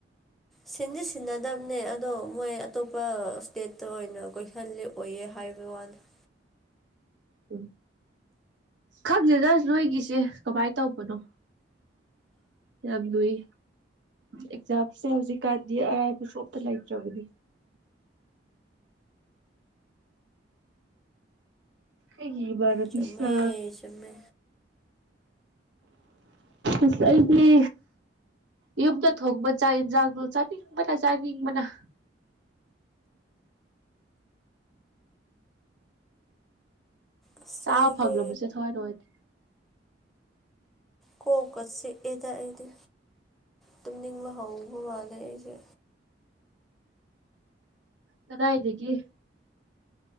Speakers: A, in the centre; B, on the right.
A: ꯁꯤꯟꯗꯤ ꯁꯤꯟꯅꯗꯕꯅꯦ ꯑꯗꯣ ꯃꯣꯏ ꯑꯇꯣꯞꯄ ꯏꯁꯇꯦꯠꯇ ꯑꯣꯏꯅ ꯀꯣꯏꯁꯜꯂꯤꯛ ꯑꯣꯏꯌꯦ ꯍꯥꯏꯕ ꯋꯥꯅꯤ <inaudible>
B: ꯎ ꯈꯪꯗꯦꯗ ꯅꯣꯏꯒꯤꯁꯦ ꯀꯃꯥꯏ ꯇꯧꯕꯅꯣ ꯌꯥꯝꯂꯨꯏ ꯑꯦꯛꯖꯥꯝꯁꯦ ꯍꯧꯖꯤꯛꯀꯥꯟꯗꯤ ꯑꯔꯥꯏꯕꯁꯨ ꯑꯝꯇ ꯂꯩꯇ꯭ꯔꯕꯅꯤ ꯑꯩꯒꯤ ꯏꯃꯟꯅ
A: ꯆꯨꯝꯃꯦ
B: ꯄꯤꯁ
A: ꯆꯨꯝꯃꯦ
B: ꯏꯁ ꯑꯩꯗꯤ ꯌꯨꯝꯗ ꯊꯣꯡꯕ ꯆꯥꯛ ꯑꯦꯟꯖꯥꯡꯗꯣ ꯆꯥꯅꯤꯡꯕꯅ ꯆꯥꯅꯤꯡꯕꯅ
A: ꯑꯁ
B: ꯆꯥ
A: ꯑꯩꯗꯤ
B: ꯐꯪꯗꯕꯁꯦ ꯊꯧꯋꯥꯏ ꯅꯨꯡꯉꯥꯏꯇ‌ꯦ
A: ꯀꯣꯛꯀ ꯆꯤꯛ ꯑꯦꯗ ꯑꯩꯗꯤ ꯇꯨꯝꯅꯤꯡꯕ ꯍꯧꯕ ꯃꯥꯜꯂꯦ ꯑꯩꯁꯦ
B: ꯀꯗꯥꯏꯗꯒꯤ